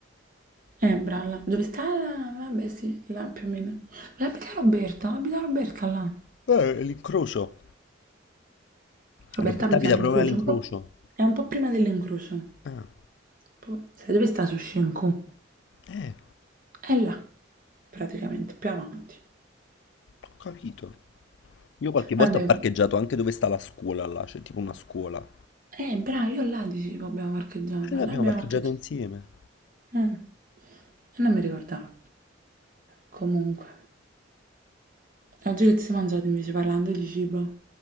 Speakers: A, on the right (about 45°); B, on the left (about 65°).
A: Eh, bralla. Dove sta? la- Vabbè, sì, là più o meno. Dove abita Roberto? Abita Roberta là.
B: Eh, l'incrocio.
A: Roberta
B: Roberta
A: abita
B: abita
A: all'incrocio,
B: Sì, proprio proprio. all'incrocio.
A: un po'... è un po' prima dell'incrocio. Un
B: Ah,
A: po'- Sai dove sta su Shinku?
B: eh.
A: È là, praticamente, più avanti.
B: Ho capito. Io qualche volta
A: Vabbè,
B: ho parcheggiato
A: com-
B: anche dove sta la scuola là, c'è tipo una scuola.
A: eh, bravo, io là dicevo abbiamo parcheggiato.
B: E noi
A: Là
B: abbiamo
A: abbiamo
B: parcheggiato
A: parcheggiato.
B: insieme.
A: Eh, e non mi ricordavo. Comunque, oggi che ti sei mangiato invece parlando di cibo?